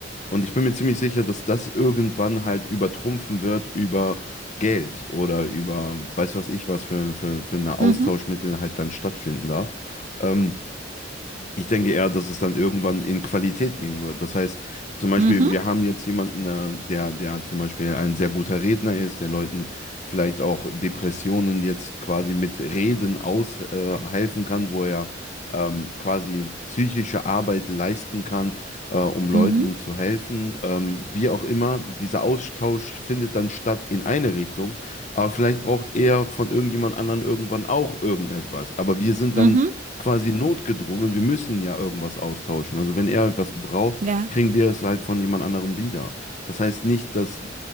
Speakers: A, on the left; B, on the right.
A: Und ich bin mir ziemlich sicher, dass das irgendwann halt übertrumpfen wird über Geld oder über, weiß was ich, was für, für, für ein Austauschmittel
B: Mhm.
A: halt dann stattfinden darf. Ähm, ich denke eher, dass es dann irgendwann in Qualität gehen wird. Das heißt, zum Beispiel,
B: Mhm.
A: wir haben jetzt jemanden, äh, der, der zum Beispiel ein sehr guter Redner ist, der Leuten vielleicht auch Depressionen jetzt quasi mit Reden aushelfen äh, helfen kann, wo er ähm, quasi psychische Arbeit leisten kann, äh, um Leuten
B: Mhm.
A: zu helfen. Ähm, wie auch immer, dieser Austausch findet dann statt in eine Richtung, aber vielleicht braucht er von irgendjemand anderen irgendwann auch irgendetwas. Aber wir sind
B: Mhm.
A: dann quasi notgedrungen, wir müssen ja irgendwas austauschen. Also wenn er was braucht,
B: Ja.
A: kriegen wir es halt von jemand anderem wieder. Das heißt nicht, dass